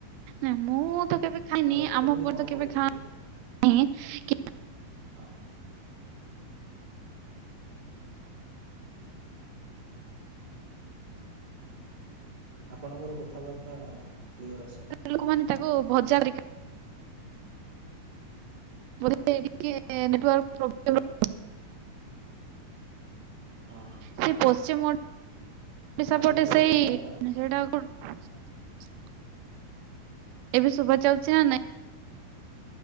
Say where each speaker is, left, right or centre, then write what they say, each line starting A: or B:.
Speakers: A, on the right (about 85°); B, on the right (about 15°).
A: ନାଇଁ ମୁଁ ତ
B: ଓହୋ
A: କେବେ ଖାଇନି
B: ତାର କେମିତି
A: ଆମ ପଟେ
B: କଣ
A: ତ କେବେ
B: କରୁଛନ୍ତି
A: <unintelligible> ଖାଆ
B: ହଁ। ଆପଣଙ୍କର କଥାବାର୍ତ୍ତା କ୍ଲିୟର ଆସୁନି
A: ଲୋକମାନେ ତାକୁ ଭଜା ଟିକେ
B: ହଁ ହଁ
A: ନେଟ୍ ୱର୍କ <unintelligible>
B: ହଁ
A: <unintelligible> ସେ ପଶ୍ଚିମ ସାପଟେ
B: ଆପଣଙ୍କର
A: ସେଇ
B: କଥା ଟିକେ
A: ସେଇଟା <unintelligible> <inaudible> ଏବେ ଶୁଭ ଯାଉଛି ନା ନାଇଁ?